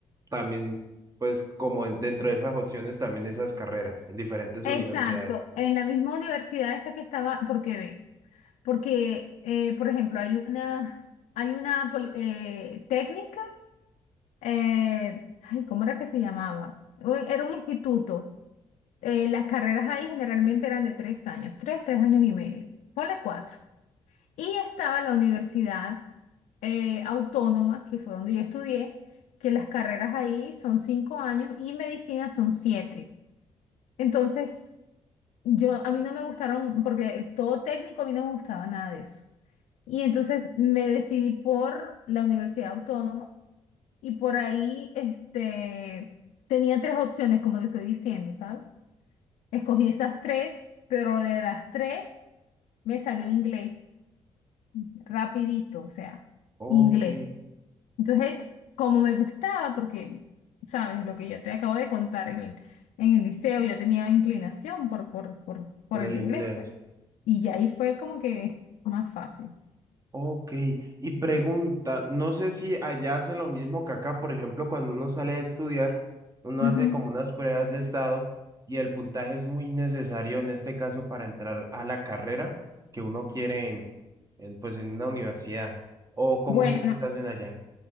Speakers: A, on the right; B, on the left.
A: también, pues como en- dentro de esas opciones también esas carreras en diferentes
B: Exacto,
A: universidades?
B: en la misma universidad esa que estaba, porque ve, porque, eh, por ejemplo, hay una, hay una poli- eh, técnica, eh, ay, ¿cómo era que se llamaba? O- Era un instituto. eh, las carreras ahí generalmente eran de tres años, tres, tres años y medio. Ponle cuatro. Y estaba la universidad eh, autónoma, que fue donde yo estudié, que las carreras ahí son cinco años y medicina son siete. Entonces, yo a mí no me gustaron, porque todo técnico a mí no me gustaba nada de eso. Y entonces me decidí por la universidad autónoma y por ahí este, tenía tres opciones, como te estoy diciendo, ¿sabes? Escogí esas tres, pero de las tres me salió inglés. rapidito, o sea,
A: Ok,
B: inglés. Entonces, como me gustaba, porque, sabes, lo que ya te acabo de contar en el, en el liceo, yo tenía inclinación por, por, por, por
A: por
B: el
A: el
B: inglés,
A: inglés.
B: pues, y ya ahí fue como que más fácil.
A: Ok, y pregunta, no sé si allá hacen lo mismo que acá, por ejemplo, cuando uno sale a estudiar, uno
B: Ujú.
A: hace como unas pruebas de estado y el puntaje es muy necesario en este caso para entrar a la carrera que uno quiere en, en, pues en una universidad. ¿O cómo
B: Bueno,
A: ustedes hacen allá?